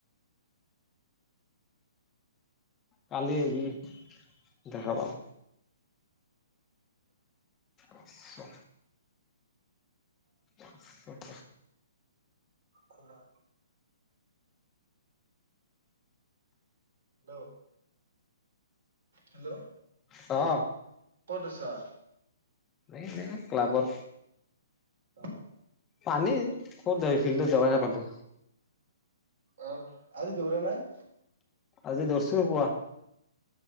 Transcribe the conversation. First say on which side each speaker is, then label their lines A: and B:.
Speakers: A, on the left (about 20°); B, on the right (about 55°).
A: কালি আহি দেখাপাম আচছা আচ্ছা
B: খুলা ন হেল্ল'।
A: অ।
B: ক'ত আছা?
A: এই ক্লাবত।
B: অ
A: পানী কত যায় ফিল্ডত যাবাই নাপামটো
B: অ আজি দৌৰা নাই
A: আজি দৈছো পোৱা